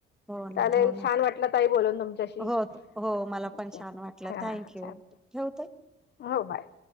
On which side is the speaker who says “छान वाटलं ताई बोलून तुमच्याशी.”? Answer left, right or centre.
Left